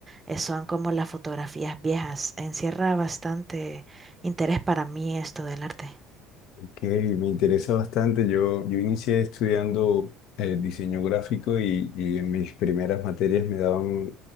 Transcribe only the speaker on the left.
Ok, me interesa bastante. Yo, yo inicié estudiando eh, diseño gráfico y, y en mis primeras materias me daban